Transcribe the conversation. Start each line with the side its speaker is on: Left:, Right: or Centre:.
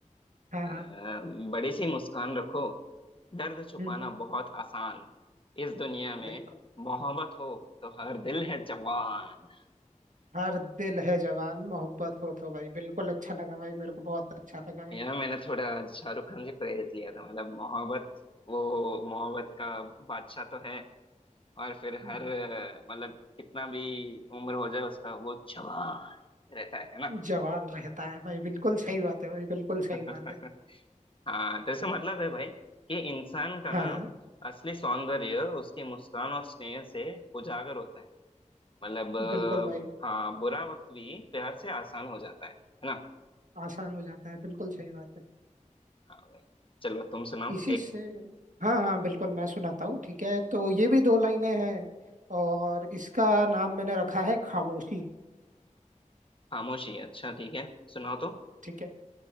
Right: हाँ
Left: अ,
Right: हाँ
Left: बड़ी सी मुस्कान रखो दर्द छुपाना
Right: हम्म हम्म,
Left: बहुत आसान इस दुनिया में
Right: बिल्कुल
Left: मोहब्बत हो तो हर दिल है जवान
Right: हर दिल है जवान मोहब्बत हो तो भाई बिल्कुल अच्छा लगा भाई मेरे को बहुत अच्छा लगा है
Left: यार मैंने थोड़ा शाहरुख खान से प्रेरित लिया था मतलब मोहब्बत वो मोहब्बत का बादशाह तो है और फिर
Right: हम्म।
Left: हर अ, मतलब कितना भी उम्र हो जाए उसका वो जवान रहता है है ना
Right: जवान रहता है भाई बिल्कुल सही बात है भाई बिल्कुल सही
Left: <laughs>
Right: बात है
Left: हाँ तो इसका मतलब है भाई कि इंसान का
Right: हाँ
Left: ना
Right: हाँ
Left: असली सौंदर्य उसकी मुस्कान और स्नेह से उजागर होता है मतलब अ,
Right: बिल्कुल भाई
Left: हाँ बुरा वक्त भी प्यार से आसान हो जाता है है ना
Right: आसान हो जाता है बिल्कुल सही बात है
Left: हाँ भाई चलो तुम सुनाओ
Right: इसी
Left: एक
Right: से हाँ हाँ बिल्कुल मैं सुनाता हूँ ठीक है तो ये भी दो लाइनें हैं और इसका नाम मैंने रखा है खामोशी
Left: खामोशी अच्छा ठीक है सुनाओ तो
Right: ठीक है